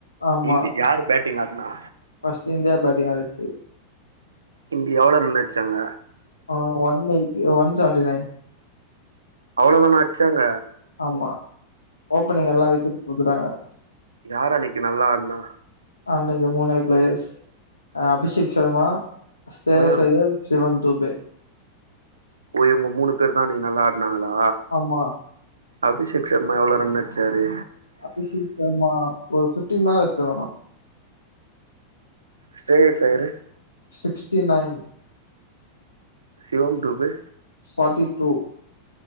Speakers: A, on the left; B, on the right.
A: ஆமா
B: இண்டி யாரு பேட்டிங் ஆடுனா
A: ஃபர்ஸ்ட் இந்தியா பேட்டிங் ஆடுச்சு
B: இந்தியா எவ்ளோ ரன் அடிச்சாங்க
A: ஆ ஒன் எயிட்டி ஒன் செவன்டிநைன்
B: அவ்வளோதானா அச்சாங்க
A: ஆமா ஓப்பனிங் எல்லா விக்கெட் குடுத்ட்டாங்க
B: யார் அன்னைக்கு நல்லா ஆடுனா
A: அன்னைக்கு மூனே பிளேயர்ஸ் அ அபிஷேக் ஷர்மா ஸ்ரேயாஸ்
B: ஆ
A: ஐயர் சிவன் தூபே
B: ஓ இவங்க மூணு பேர் தா இன்னிக்கி நல்லா ஆடனாங்களா
A: ஆமா
B: அபிஷேக் ஷர்மா எவ்ளோ ரன் அச்சாரு
A: அபிஷேக் ஷர்மா ஒரு ஃபிஃப்ட்டிக்கு மேலே அச்சிட்டாரு ஆனா
B: Shreyas Iyer
A: sixty nine
B: Shivam Dube
A: forty two